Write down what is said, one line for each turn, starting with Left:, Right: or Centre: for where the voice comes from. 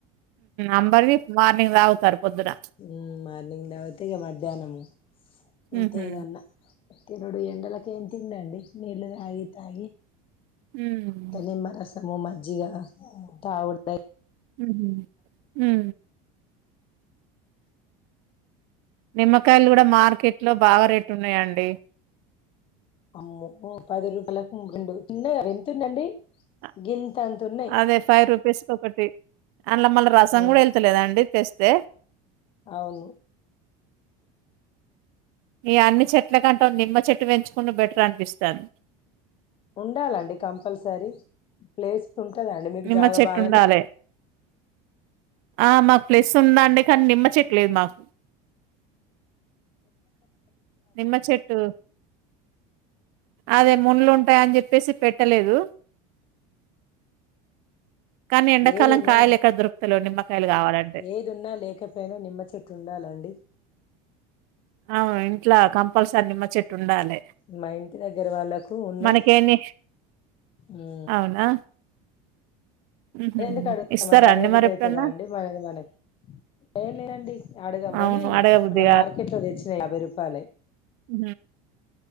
Right: అంబలిది మార్నింగ్ తాగుతారు పొద్దున
Left: ఉమ్ మార్నింగ్ దవతిగా మధ్యాహ్నము ఇంతేనన్నా
Right: ఉహు
Left: తినుడు ఎండలకు ఏం తిండి అండి నీళ్లు తాగి తాగి
Right: హ్మ్
Left: తే నిమ్మరసము మజ్జిగ తాగుతే
Right: ఉమ్ ఉ నిమ్మకాయలు కూడా మార్కెట్లో బాగా రేట్ ఉన్నాయండి
Left: అమ్మో పది రూపాయలకు రెండు తన్నా ఎంతుందండి
Right: అ
Left: గింత అంత ఉన్నాయి
Right: అదే ఫైవ్ రూపీస్కి ఒకటి అందులో మళ్ళ రసం
Left: ఆ
Right: కూడా వెళ్తలేదండి తెస్తే
Left: అవును
Right: ఈ అన్ని చెట్ల కంటే నిమ్మ చెట్టు పెంచుకుంటూ బెటర్ అనిపిస్తాంది
Left: ఉండాలండి కంపల్సరీ ప్లేస్స్ ఉంటదా అండి మీకు
Right: నిమ్మ
Left: జాగా
Right: చెట్టు
Left: బాగానే
Right: ఉండాలే ఆ మాకు ప్లెస్ ఉందండి కానీ నిమ్మ చెట్లేదు మాకు నిమ్మ చెట్టు అదే మున్లు ఉంటాయి అని చెప్పేసి పెట్టలేదు కానీ ఎండాకాలం
Left: ఏది ఉన్నా
Right: కాయలు ఎక్కడ దొరుకుతలే నిమ్మకాయలు కావాలంటే
Left: ఏదున్నా లేకపోయినా నిమ్మ చెట్టు ఉండాలండి
Right: అవును ఇంట్లా కంపల్సరి నిమ్మ చెట్టు ఉండాలి
Left: మా ఇంటి దగ్గర వాళ్ళకు ఉన్నాయి
Right: మనకేన్ని
Left: ఊ
Right: అవునా ఉహు
Left: మ ఎందుకు అడుగుతామండి
Right: ఇస్తారా
Left: అడగబుద్దు
Right: అండి మరి
Left: అవుతుందా
Right: ఎప్పుడన్నా
Left: అండి మనది మనకి ఏం లేదండి అడగం
Right: అవును
Left: గాని
Right: అడగబుద్ది
Left: ఉన్న మార్కెట్ లో తెచ్చినాయి యాభై రూపాయలు
Right: ఉ